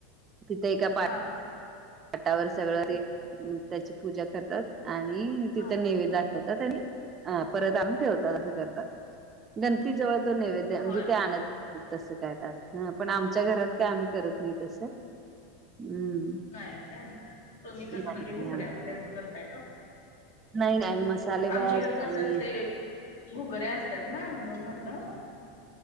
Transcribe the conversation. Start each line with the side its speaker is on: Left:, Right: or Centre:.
Right: तिथे एका
Left: हा
Right: त्यावर सगळं ते... त्याची पूजा करतात आणि तिथं
Left: हा
Right: नैवद्य दाखव वतात आणि अ... परत आणून ठेवतात असं करतात गणपीजवळ तो नैवेद्य म्हणजे
Left: होय
Right: ते आणत तसं काय ताट... हा... पण आमच्या घरात काय आम्ही करत नाही तसं... हम्म
Left: नाय का असं तुम्ही कसं...
Right: नाही
Left: म्हणजे
Right: नाही
Left: घुगऱ्या
Right: आम्ही
Left: वगैरे असं करताय का...
Right: नाही नाही आम्ही मसाले भात
Left: आमच्याकडं कसं
Right: आणि
Left: असतय... घुगऱ्या असतात ना... म्हणून म्हणलं